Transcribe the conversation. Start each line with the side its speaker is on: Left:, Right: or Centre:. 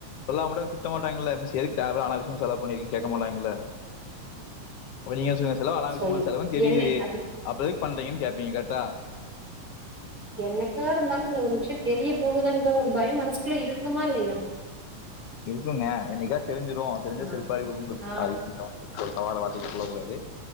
Left: சொல்லாமட்டும் திட்ட மாட்டாங்களல்ல மிஸ் தேவை இல்லமா செலவு பண்ணிருக்க கேட்க மாட்டாங்களா அப்ப நீங்க சொல்லுங்க செலவு ஆனவிஷயமான
Right: சொல்
Left: செலவும் தெரியுது
Right: என்ன அது
Left: அப்பறதுக்கு பண்றீங்கன்னு கேட்பீங்க கரக்டா
Right: என்னக்கா இருந்தாலு அந்த ஒரு விஷய தெரிய போகுதாங்கிற ஒரு பயோ மனசுகுள்ளே இரு க்குமா இல்லையா
Left: இருக்குங்க என்னைக்கா தெரிஞ்சிரு தெரிஞ்சா
Right: ஆ,
Left: செறுபால அடி விழும்னு
Right: ஆ.
Left: சாரிங்க தவறானா வார்த்த சொல்லக் கூடாது